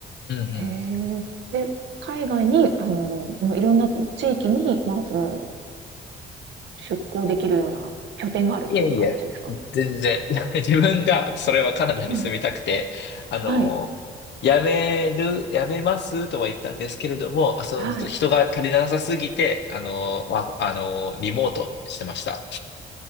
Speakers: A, on the left; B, on the right.
A: うんうん
B: へえ。で、海外に、あの、もういろんな地域に、まあ、その、出向できるような拠点があるっていう形ですか
A: いえいえ、全然。<laughs> 自分がそれはカナダに住みたくて、
B: はい。
A: あの、
B: はい。
A: 辞める、辞めますとは言ったんですけれども、あ、その人が足りなさすぎて、
B: はい。
A: あの、わあの、リモートしてました。